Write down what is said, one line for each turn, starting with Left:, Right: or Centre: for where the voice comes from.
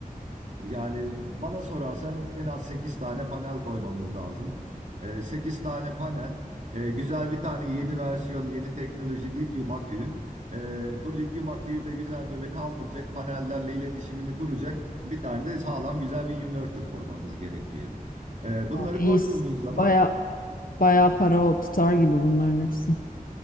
Right: Yani bana sorarsan en az 8 tane panel koymamız lazım. Ee, 8 tane panel, e, güzel bir tane yeni versiyon, yeni teknoloji lityum akü. E, bu lityum aküyü de güzel böyle kaldıracak, panellerle iletişimini kuracak bir tane de sağlam güzel bir inverter koymamız gerekiyor. E, bunları
Left: Aa, iyi.
Right: koyduğumuz zaman
Left: Bayağı, Bayağı para o tutar gibi bunların hepsi.